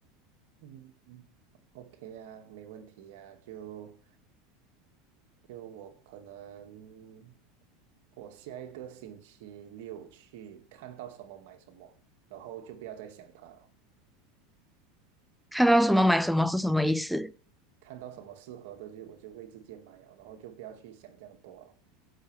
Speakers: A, on the right; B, in the centre.
A: 嗯嗯，OK 啊，没问题呀、就就我可能我下一个星期六去看到什么买什么，然后就不要再想它了。
B: 看到什么买什么是什么意思？
A: 看到什么适合的就我就会直接买了，然后就不要去想这样多了，